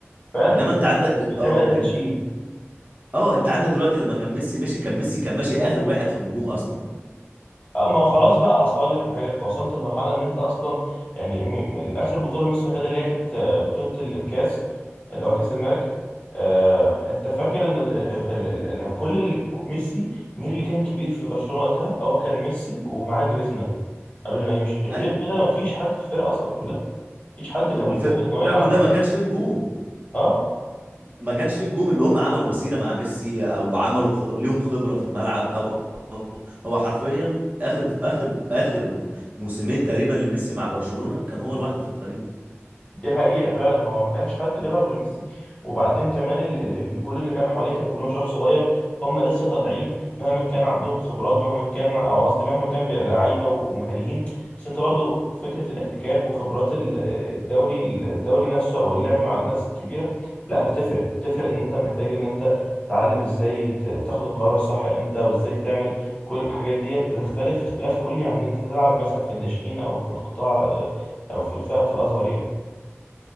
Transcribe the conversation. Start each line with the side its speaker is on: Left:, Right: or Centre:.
Left: فعلا
Right: انما
Left: كانت فكره
Right: انت عندك
Left: كانت
Right: ل-
Left: في لعيبه
Right: اه
Left: قادره
Right: إن-
Left: تشيل
Right: اه انت عندك دلوقتي لما كان ميسي مشي كان ميسي كان ماشي اخر واحد في النجوم اصلا
Left: اه ما هو خلاص بقى اصل اقول لك على حاجه انت وصلت لمرحله ان انت اصلا يعني م... م... اخر بطوله ميسي واخدها اللي هي كانت آه، بطوله ال- الكاس اللي هو كاس الملك آه... انت فاكر ان ال... ال... ال... ال... ال- كل اللي ك- ميسي مين اللي كان كبير في برشلونه وقتها هو كان ميسي ومعاه جريزمان قبل ما يمشي غير
Right: ايوه
Left: كده مفيش حد في الفرقه اصلا كلها مفيش حد كان
Right: والفرقه
Left: موجود ان هو يلعب
Right: كلها
Left: أوي.
Right: ما كانش فيه نجوم
Left: اه
Right: ما كانش فيه نجوم اللي هم عملوا مسيرة مع ميسي او عملوا خ... ليهم خبرة في الملعب او <laughs> أو- هو حرفيا اخر اخر اخر موسمين تقريبا لميسي مع برشلونة كان هو لوحده في الفريق
Left: دي حقيقة فعلا هو ما كانش حد بيلعب غير ميسي وبعدين كمان ال- ال- ال- كل اللي كان حواليه كان كلهم شباب صغير هم لسه طالعين مهما كان عندهم خبرات مهما كان او قصدي مهما كان بي- لعيبة ومهاريين بس انت برضو فكرة الاحتكاك وخبرات ال- الدوري الدوري نفسه او اللعب مع الناس الكبيرة لا بتفرق بتفرق ان انت محتاج ان انت تتعلم ازاي ت- تاخد القرار الصح امتى وازاي تعمل كل الحاجات ديت بتختلف اختلاف كلي عن ان انت تلعب مثلا في الناشئين او في القطاع او في الفئة الاصغر يعني